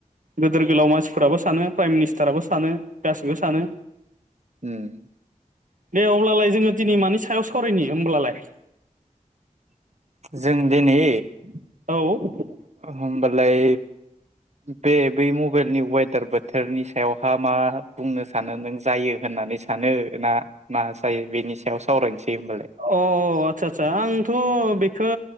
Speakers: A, on the right (about 70°); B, on the right (about 55°).
A: गोदोर गोलाव मानसिफोराबो सानो प्राइम मिनिस्टाराबो सानो गासिबो सानो।
B: उम
A: दे अब्लालाय जोङो दिनै मानि सायाव सावरायनि? होमब्लालाय
B: जों दिनै
A: औ
B: होमबालाय बे बै मबेलनि वेदार बोथोरनि सायावहा मा बुंनो सानो नों जायो होननानै सानो ना मा जायो बेनि सायाव सावरायनोसै होमबालाय
A: अ आतसा आतसा आंथ' बेखो